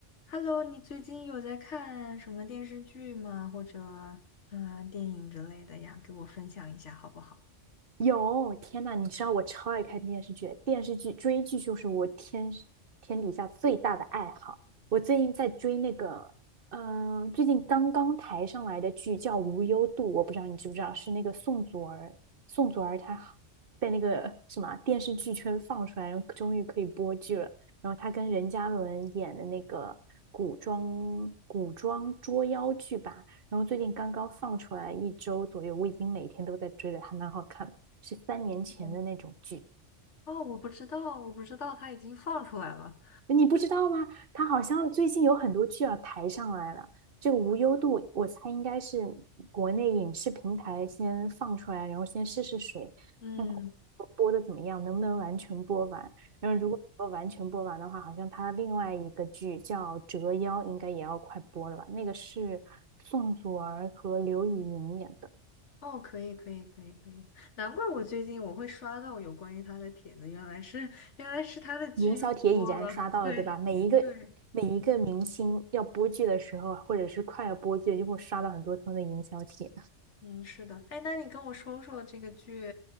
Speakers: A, on the left; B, on the right.
A: Hello，你最近有在看什么电视剧吗？或者嗯、呃电影之类的呀？给我分享一下好不好？
B: 有，天呐，你知道我超爱看电视剧，电视剧追剧就是我天天底下最大的爱好。我最近在追那个，嗯、最近刚刚抬上来的剧叫《无忧渡》，我不知道你知不知道，是那个宋祖儿，宋祖儿她好，被那个什么电视剧圈放出来，然后终于可以播剧了。然后她跟任嘉伦演的那个古装古装捉妖剧吧，然后最近刚刚放出来一周左右，我已经每天都在追了，还蛮好看，是三年前的那种剧，
A: 嗯，哦，我不知道，我不知道它已经放出来了。
B: 你不知道吗？它好像最近有很多剧要抬上来了。这个无忧渡，我猜应该是国内影视平台先放出来，然后先试试水，
A: 嗯
B: 看看播的怎么样，能不能完全播完。然后如果说完全播完的话，
A: 嗯，
B: 好像它另外一个剧叫《折腰》，应该也要快播了吧？那个是宋祖儿和刘宇宁演的。
A: 哦，可以可以可以可以，难怪我最近我会刷到有关于他的帖子，原来是原来是他的剧要播了。
B: 营销帖已然刷到了，
A: 对
B: 对吧？每一个每一个明星要播剧的时候啊，
A: 对，
B: 或者是快要播剧，就会刷到很多他们的营销帖。
A: 嗯，是的。哎，那你跟我说说这个剧，